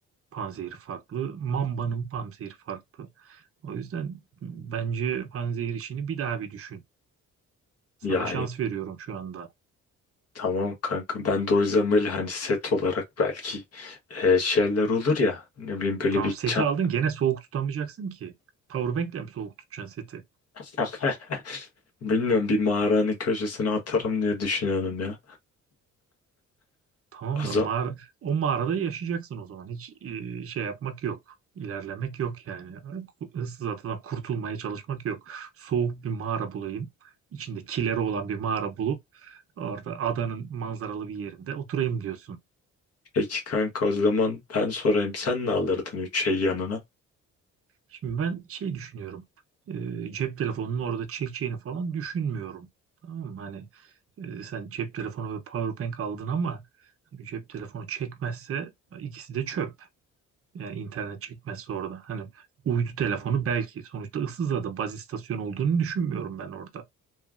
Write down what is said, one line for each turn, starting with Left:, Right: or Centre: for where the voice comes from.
Right: panzehiri farklı, mambanın panzehiri farklı. O yüzden bence panzehir işini bir daha bir düşün. Sana
Left: Yani
Right: şans veriyorum şu anda.
Left: tamam kanka ben de o yüzden böyle hani set olarak belki e, şeyler olur ya ne bileyim böyle
Right: Tamam
Left: bir
Right: seti
Left: çan
Right: aldın gene soğuk tutamayacaksın ki. Powerbank'le mi soğuk tutacaksın seti?
Left: <laughs> bilmiyorum bir mağaranın köşesine atarım diye düşünüyorum ya.
Right: Tamam
Left: O
Right: da
Left: zaman,
Right: mağara, o mağarada yaşayacaksın o zaman. Hiç e, şey yapmak yok. İlerlemek yok yani. Issız adadan kurtulmaya çalışmak yok. Soğuk bir mağara bulayım. İçinde kileri olan bir mağara bulup orada adanın manzaralı bir yerinde oturayım diyorsun.
Left: peki kanka o zaman ben sorayım sen ne alırdın üç şey yanına?
Right: Şimdi ben şey düşünüyorum. e, cep telefonunun orada çekeceğini falan düşünmüyorum. Tamam mı? Hani e, sen cep telefonu ve powerbank aldın ama hani cep telefonu çekmezse ikisi de çöp. Yani internet çekmezse orada. Hani uydu telefonu belki sonuçta Issızada baz istasyonu olduğunu düşünmüyorum ben orada.